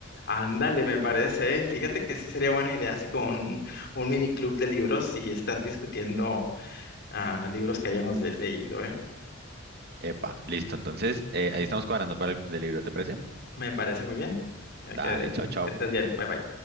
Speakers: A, on the left; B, on the right.
A: Ándale, me parece, ¿eh? Fíjate que sí sería buena idea, así como un, un mini club de libros y estar discutiendo ah, libros que hayamos de- leído, ¿eh?
B: Epa, listo. Entonces, eh, ahí estamos cuadrando para el club de libro, ¿te parece?
A: Me parece muy bien.
B: Dale,
A: Eh, Que,
B: chao, chao.
A: que estés bien. Bye bye.